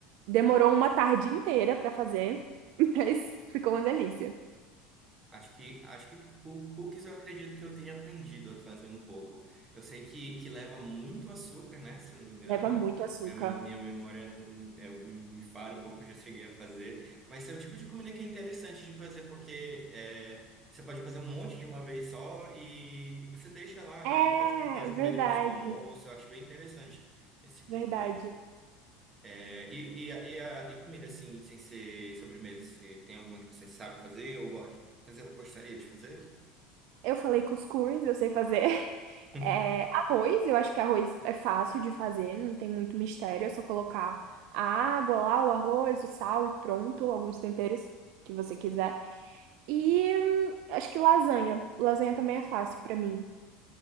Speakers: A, on the right; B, on the right.
A: demorou uma tarde inteira pra fazer, <laughs> mas ficou uma delícia.
B: Acho que, acho que cu- cookies eu acredito que eu tenha aprendido a fazer um pouco. Eu sei que, que leva muito açúcar, né? Se eu não me engano,
A: Leva muito açúcar.
B: minha, me- minha memória não- não- é, me falha um pouco, eu já cheguei a fazer. Mas esse é o tipo de comida que é interessante de fazer, porque é, você pode fazer um monte de uma vez só e você deixa lá,
A: É,
B: né? E pode, pode
A: verdade,
B: comer depois do almoço. Eu acho bem interessante esse tipo
A: verdade.
B: de coisa. É, e, e, a- e, a- e comida, assim, sem ser sobremesa, você tem alguma que você sabe fazer ou gosta, fazer, gostaria de fazer?
A: Eu falei cuscuz, eu sei fazer. <laughs>
B: <laughs>
A: É, arroz, eu acho que arroz é fácil de fazer, não tem muito mistério, é só colocar a água lá, o arroz, o sal e pronto, alguns temperos que você quiser. E hum, acho que lasanha. Lasanha também é fácil pra mim.